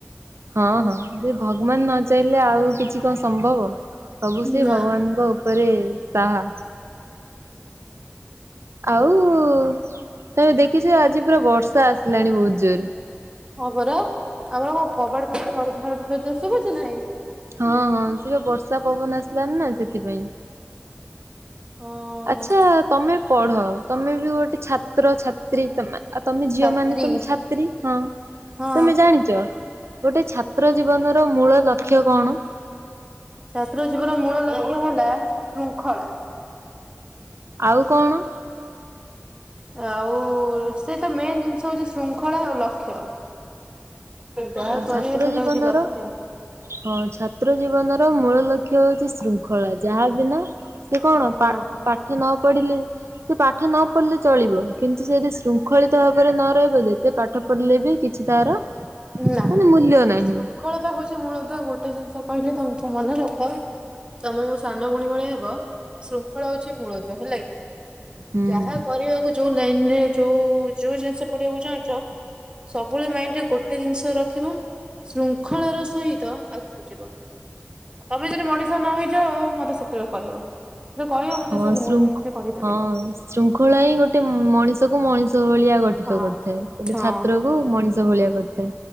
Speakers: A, on the right; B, on the right.
A: ହଁ ହଁ ସେ ଭଗବାନ ନ ଚାଇଁଲେ ଆଉ କିଛି କଁ ସମ୍ଭବ। ସବୁ ସେଇ
B: ନା।
A: ଭଗବାନଙ୍କ ଓପେରେ ସାହା। ଆଉ ତମେ ଦେଖିଚ ଆଜି ପୁରା ବର୍ଷା ଆସିଲାଣି ବହୁତ ଜୋରରେ।
B: ହଁ ପରା ଆମର କଁ କବାଟ ଖାଲି ଧଡ଼ ଧାଡ଼ ତତେ ଶୁଭୁଚି ନାହିଁ।
A: ହଁ ହଁ ସିଏ ବର୍ଷା ପବନ ଆସିଲାନି ନା ସେଥିପାଇଁ।
B: ହଁ
A: ଆଚ୍ଛା ତମେ ପଢ ତମେ ବି ଗୋଟେ ଛାତ୍ର ଛାତ୍ରୀ ତମେ ଆ ତମେ ଝିଅ
B: ଛାତ୍ରୀ
A: ମାନେ ତମେ ଛାତ୍ରୀ ହଁ
B: ହଁ
A: ତମେ ଜାଣିଚ। ଗୋଟେ ଛାତ୍ର ଜୀବନ ର ମୂଳ ଲକ୍ଷ୍ୟ କଣ?
B: ଛାତ୍ର ଜୀବନର ମୂଳ ଲକ୍ଷ୍ୟ ହେଲା ଶୃଙ୍ଖଳା।
A: ଆଉ କଣ?
B: ଆଉ ସେ ତ ମେନ୍ ଜିନିଷ ହଉଚି ଶୃଙ୍ଖଳା ଆଉ ଲକ୍ଷ୍ୟ। ଯାହା
A: ତା
B: କରିବ
A: ଛାତ୍ର
B: ସେଇଟା
A: ଜୀବନର।
B: ହଉଛି ଲକ୍ଷ୍ୟ।
A: ହଁ ଛାତ୍ର ଜୀବନ ର ମୂଳ ଲକ୍ଷ୍ୟ ହଉଛି ଶୃଙ୍ଖଳା ଯାହା ବିନା। ସେ କଣ
B: ହଁ
A: ପା ପାଠ ନ ପଢିଲେ। ସେ ପାଠ ନ ପଢ଼ିଲେ ଚଳିବ କିନ୍ତୁ ସେ ଯଦି ଶୃଙ୍ଖଳିତ ଭାବରେ ନ ରହିବ ଯେତେ ପାଠ। ପଲ୍ ଲେ ବି କିଛି ତାର।
B: ନା
A: ମାନେ ମୂଲ୍ୟ ନାହିଁ
B: ଶୃଙ୍ଖଳା ପା ହଉଛି ମୂଳଦୁଆ ଗୋଟେ ଜିନିଷ କହିଲି ତମକୁ ମନେ ରଖ। ତମେ ମୋ ସାନ ଭଉଣୀ ଭଳିଆ ହବ ଶୃଙ୍ଖଳା ହଉଛି ମୂଳଦୁଆ ହେଲା କି।
A: ହୁଁ।
B: ଯାହା କରିବାକୁ ଯୋଉ ଲାଇନରେ ଯୋଉ। ଯୋଉ ଜିନିଷ ପଡିବାକୁ ଚାହୁଁଛ ସବୁବେଳେ ମାଇଣ୍ଡ ରେ ଗୋ। ଗୋଟେ ଜିନିଷ ରଖିବ ଶୃଙ୍ଖଳା ର ସହିତ ଆଗକୁ ଯିବ। ତମେ ଯଦି ମଣିଷ ନ ହେଇଚ ମତେ ସେତେବେଳେ କହିବ। ଯେ କହିବ ମତେ
A: ହଁ
B: ସେ
A: ଶୃଙ୍ଖ
B: ଭଉଣୀ ଏମିତି କହିଥିଲେ।
A: ହଁ ଶୃଙ୍ଖଳା ହିଁ ଗୋଟେ ମଣିଷ କୁ ମଣିଷ ଭଳିଆ ଗଠିତ
B: ହଁ
A: କରିଥାଏ ଗୋଟେ
B: ହଁ
A: ଛାତ୍ର। କୁ ମଣିଷ ଭଳିଆ କରିଥାଏ